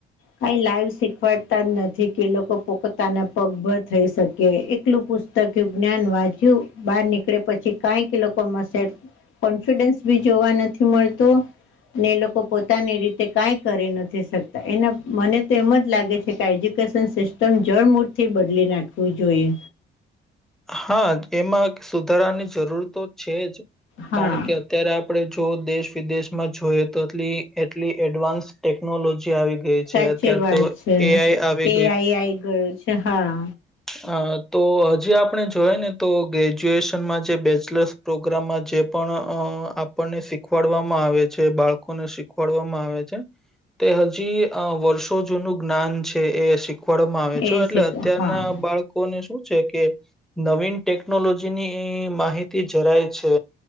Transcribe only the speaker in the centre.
હા એમાં સુધારાની જરૂર તો છે. જ
કારણ કે અત્યારે આપણે જો દેશ વિદેશમાં જોઈએ તો એટલી એટલી એડવાન્સ ટેકનોલોજી આવી ગઈ
છે અત્યારે
તો
એઆઈ આવી
હ તો હજી આપણે જોઈ, ને તો ગ્રેજ્યુએશનમાં જે બેચલર્સ પ્રોગ્રામમાં જે પણ અ આપણને શીખવાડવામાં આવે છે, બાળકોને શીખવાડવામાં આવે છે. તે હજી વર્ષો જૂનું જ્ઞાન છે, એ શીખવાડવામાં આવે
છે. એટલે અત્યારના
બાળકો ને શું છે કે નવીન ટેકનોલોજી ની માહિતી જરાય છે.